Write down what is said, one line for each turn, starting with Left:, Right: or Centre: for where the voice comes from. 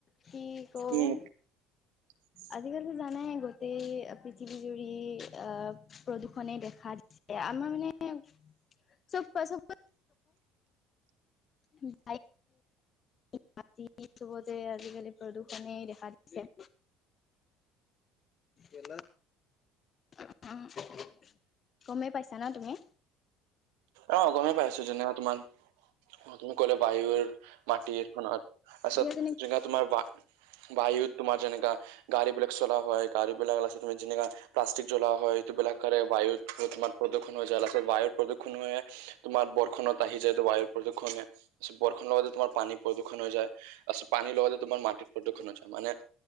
Left: কি কম?
Right: উম <unintelligible>
Left: আজিকালিতো জানাই গোটেই, পৃথিৱী জুৰি আহ প্ৰদূষনে দেখা দিছে। আমাৰ মানে চব <unintelligible> <unintelligible> মাটি চবতে, আজিকালি প্ৰদূষণেই দেখা দিছে। গেলা <unintelligible> গমেই পাইছা ন' তুমি?
Right: অ গমেই পাইছো যেনে তোমাৰ অ তুমি ক'লে বায়ুৰ মাটিৰ এখনত, তাৰপাছত
Left: এতিয়া যেনে
Right: যেনেকোৱা তোমাৰ বা বায়ুত তোমাৰ যেনেকা গাড়ী বিলাক চলা হয় গাড়ী বিলাক তুমি যেনেকা প্লাষ্টিক জ্বলোৱা হয়, এইটোবিলাকে বায়ু <unintelligible> প্ৰদূষণ হৈ যায় লাষ্টত বায়ুৰ প্ৰদূণ। কোনোৱে, তোমাৰ বৰ্ষণত আহি যায় বায়ু প্ৰদূষণ এ ময়া বৰ্ষণৰ লগতে তোমাৰ পানী প্ৰদূষণ হৈ যায়। হয়, আছোঁ পানীৰ লগতে তোমাৰ মাটিৰ প্ৰদূষণ হৈ যায় মানে,